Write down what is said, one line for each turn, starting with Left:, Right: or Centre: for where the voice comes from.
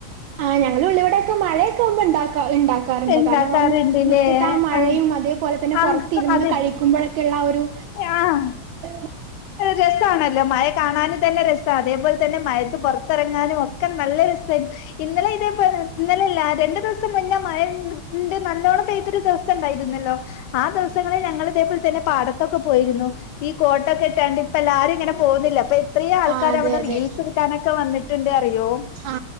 Right: ആ ഞങ്ങള് ഉള്ളിവിടെയൊക്കെ മഴയൊക്കെ ആമ്പോ ഉണ്ടാക്കാ ഇണ്ടാക്കാറ്ണ്ട്
Left: ഉണ്ടാക്കാറുണ്ട്ല്ലേ
Right: കാരണം ആ മുറ്റത്ത് ആ മഴയും
Left: ആഹ്
Right: അതേ പോലേ തന്നെ
Left: ആഹ്
Right: പുറത്തു ഇരുന്നു
Left: അതെ
Right: കഴിക്കുമ്പോൾ ഒക്കെ ഉള്ള ഒരു
Left: ആഹ്
Right: -
Left: രസാണല്ലോ മഴ കാണാനും തന്നെ രസാ അതേപോലെ തന്നെ മയത്ത് പൊറ്ത്തിറങ്ങാനും ഒക്കെ നല്ല രസമായിര് ഇന്നലെ ഇതേ പോലെ ഇന്നലെല്ല രണ്ടു ദിവസം മുന്നേ മഴണ്ട് നല്ലോണ്ണം പെയ്തൊരു ദിവസം ഉണ്ടായിരുന്നല്ലോ ആ ദിവസങ്ങളിൽ ഞങ്ങൾ ഇതേപോലെ തന്നെ പാടത്തൊക്കെ പോയിരുന്നു ഈ കോട്ടക്കെ ഇത് കണ്ട് ഇപ്പ എല്ലാരും ഇങ്ങനെ പോന്ന്ല്ലേ എത്രേം ആൾക്കരവിടെ
Right: ആ അതെ അതെ
Left: റീൽസ് എടുക്കാനൊക്കെ വന്നിട്ടുണ്ട് അറിയോ
Right: ആ